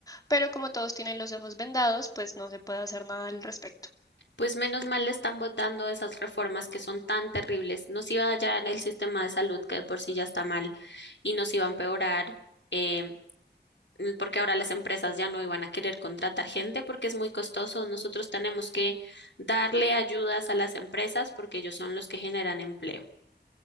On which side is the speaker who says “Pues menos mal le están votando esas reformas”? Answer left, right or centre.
Left